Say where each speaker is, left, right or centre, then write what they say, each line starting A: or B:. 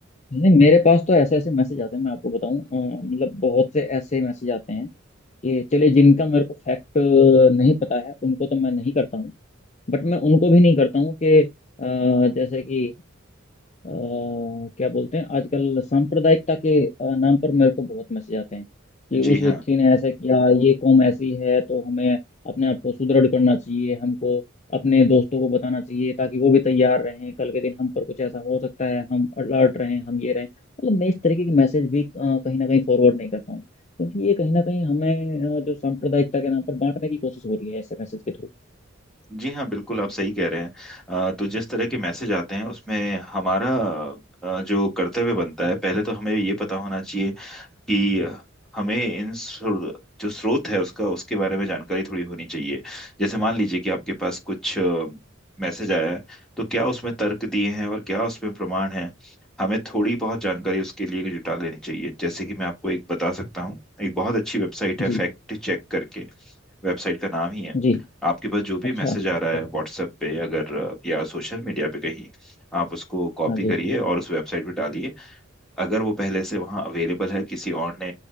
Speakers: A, on the left; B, in the centre.
A: नहीं मेरे पास तो ऐसे ऐसे मैसेज आते हैं मैं आपको बताऊं अ, मतलब बहुत से ऐसे मैसेज आते हैं ये चलिए जिनका मेरे को फैक्ट नहीं पता है उनको तो मैं नहीं करता हूँ बट मैं उनको भी नहीं करता हूँ कि अ, जैसे कि अ, क्या बोलते हैं आजकल सांप्रदायिकता के अ, नाम पर मेरे को बहुत मैसेज आते हैं कि
B: जी
A: उस
B: हाँ
A: व्यक्ति ने ऐसा किया ये कौम ऐसी है तो हमें अपने आप को सुदृढ़ करना चाहिए हमको अपने दोस्तों को बताना चाहिए ताकि वो भी तैयार रहें कल के दिन हम पर कुछ ऐसा हो सकता है हम अलर्ट रहें हम ये रहें मतलब मैं इस तरीके के मैसेज भी अ, कहीं ना कहीं फॉरवर्ड नहीं करता हूँ क्योंकि ये कहीं ना कहीं हमें अ, जो सांप्रदायिकता के नाम पर बांटने की कोशिश हो रही है ऐसे मैसेज के थ्रू
B: जी हाँ बिल्कुल आप सही कह रहे हैं अ, तो जिस तरह के मैसेज आते हैं उसमें हमारा अ, जो कर्तव्य बनता है पहले तो हमें ये पता होना चाहिए कि हमें इन स्रो- जो स्रोत है उसका उसके बारे में जानकारी थोड़ी होनी चाहिए जैसे मान लीजिए कि आपके पास कुछ मैसेज आया है तो क्या उसमें तर्क दिए हैं और क्या उसमें प्रमाण है हमें थोड़ी बहुत जानकारी उसके लिए जुटा लेनी चाहिए जैसे कि मैं आपको एक बता सकता हूँ एक बहुत अच्छी वेबसाइट है
A: जी
B: फैक्ट चेक करके वेबसाइट का नाम ही है
A: जी
B: आपके पास जो भी
A: अच्छा
B: मैसेज
A: अच्छा
B: आ रहा
A: अच्छा।
B: है व्हाट्सएप पे अगर या सोशल मीडिया पे कहीं आप उसको कॉपी
A: हाँ जी
B: करिए और उस वेबसाइट पे डालिए अगर वो पहले से वहाँ अवेलेबल है किसी और ने